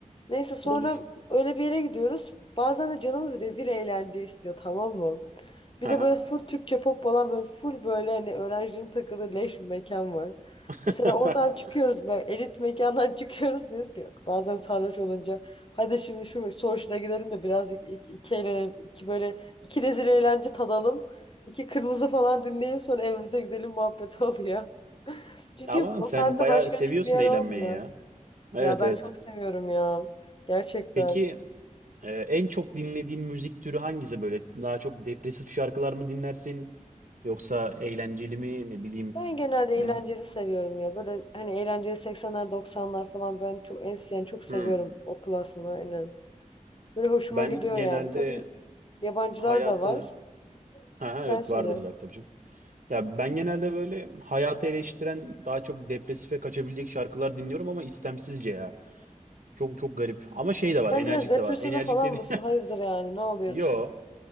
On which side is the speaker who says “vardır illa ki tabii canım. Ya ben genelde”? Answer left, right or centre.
Right